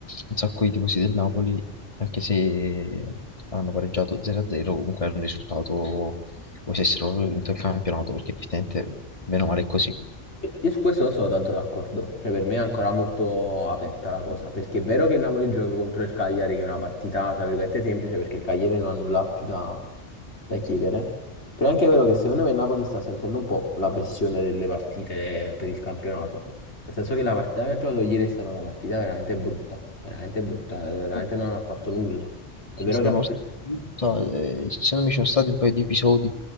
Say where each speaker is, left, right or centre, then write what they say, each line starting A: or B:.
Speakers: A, on the left; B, on the left.
A: un sacco di tifosi del Napoli, anche se hanno pareggiato 0-0, comunque è un risultato come se avessero vinto il campionato, perché effettivamente, bene o male, è così.
B: Io su questo non sono tanto d'accordo, cioè per me è ancora molto aperta la cosa, perché è vero che il Napoli gioca contro il Cagliari, che è una partita tra virgolette semplice, perché il Cagliari non ha nulla più da, da chiedere, però è anche vero che secondo me il Napoli sta sentendo un po' la pressione delle partite per il campionato, nel senso che la partita che ha giocato ieri è stata una partita veramente brutta, veramente brutta, veramente
A: No,
B: non ha fatto
A: no,
B: nulla. È
A: Sì,
B: vero
A: sono
B: che ha
A: stato-
B: pre-
A: eh, ci sono, mi sono stati un paio di episodi